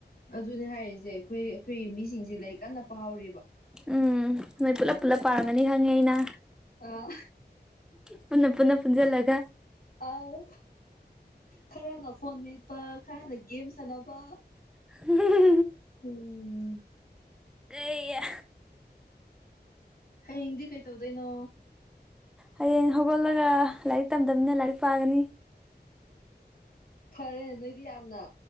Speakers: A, on the left (about 60°); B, in the centre.
A: ꯑꯗꯨꯅꯦ ꯍꯥꯏꯔꯤꯖꯦ ꯑꯩꯈꯣꯏ ꯑꯩꯈꯣꯏ ꯃꯤꯁꯤꯡꯁꯦ ꯂꯥꯔꯤꯛ ꯀꯟꯅ ꯄꯥꯍꯥꯎꯔꯤꯕ
B: ꯎꯝ ꯅꯣꯏ ꯄꯨꯂꯞ ꯄꯨꯜꯂꯞ ꯄꯥꯔꯝꯒꯅꯤ ꯈꯪꯉꯦ ꯑꯩꯅ
A: ꯑꯥ
B: ꯄꯨꯟꯅ ꯄꯨꯟꯅ ꯄꯨꯟꯖꯜꯂꯒ
A: ꯑꯥꯎ ꯈꯔꯅ ꯐꯣꯟ ꯃꯦꯠꯄ ꯈꯔꯅ ꯒꯦꯝ ꯁꯥꯟꯅꯕ
B: <unintelligible>
A: ꯑꯣꯝ
B: ꯒꯩꯌꯥ
A: ꯍꯌꯦꯡꯗꯤ ꯀꯩꯇꯧꯗꯣꯏꯅꯣ
B: ꯍꯌꯦꯡ ꯍꯧꯒꯠꯂꯒ ꯂꯥꯏꯔꯤꯛ ꯇꯝꯗꯝꯅꯤꯅ ꯂꯥꯏꯔꯤꯛ ꯄꯥꯒꯅꯤ
A: ꯐꯔꯦ ꯅꯣꯏꯗꯤ ꯌꯥꯝꯅ